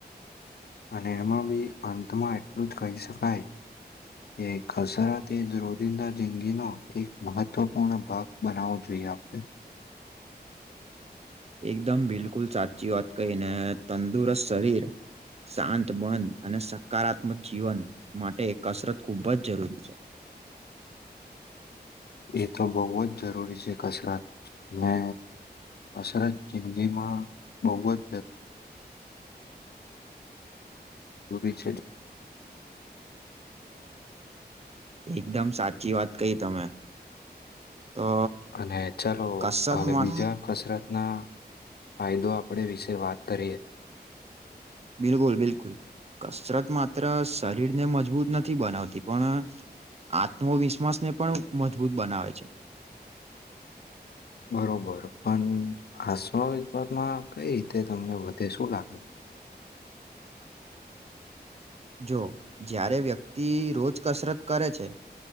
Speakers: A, on the left (about 70°); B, on the right (about 35°).
A: અને એમાં બી અંતમાં એટલું જ કહી શકાય. કે ખસરા તે જ રોદિંદા જિંદગીનો એક મહત્વપૂર્ણ ભાગ બનાવવો જોઈએ. આપને
B: એકદમ બિલકુલ સાચી વાત કહી ને તંદુરસ્ત શરીર શાંત મન અને સકારાત્મક જીવન માટે કસરત ખૂબ જ જરૂરી છે. <inaudible>
A: એ તો બહુ જ જરૂરી છે કસરત ને કસરત જિંદગીમાં બહુ જ <unintelligible> છે.
B: એકદમ સાચી વાત કહી તમે. તો
A: અને ચાલો
B: કસરત
A: હવે
B: માં
A: બીજા કસરત ના ફાયદો આપણે વિશે વાત કરીએ.
B: બિલકુલ બિલકુલ. કસરત માત્ર શરીરને મજબૂત નથી બનાવતી પણ આત્મવિશ્વાસને પણ મજબૂત બનાવે છે.
A: બરોબર પણ આશ વિવાદમાં કઈ રીતે તમને વધે શું લાગે છે.
B: જો જ્યારે વ્યક્તિ રોજ કસરત કરે છે.